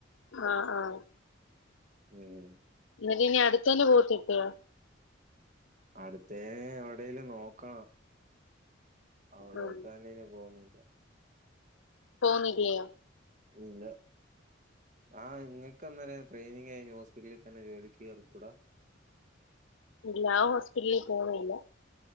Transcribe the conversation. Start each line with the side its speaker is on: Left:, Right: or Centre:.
Left: ആഹ് ആഹ്
Right: ഉം
Left: ന്നിട്ട് നി അടുത്തയന് പോവത്തില്ലേ
Right: അടുത്തേന് എവിടേലും നോക്കണം അവിടോട്ട്നീ
Left: ഉം
Right: നി പോണില്ല
Left: പോന്നില്ല്യേ
Right: ഇല്ല ആഹ് ഇങ്ങക്കന്നേരം ട്രെയിനിങ് കയിഞ്ഞു ഹോസ്പിറ്റലിൽ തന്നെ ജോലിക്കെറികൂടാ
Left: ഇല്ലാ ആഹ് ഹോസ്പിറ്റല് പോണില്ല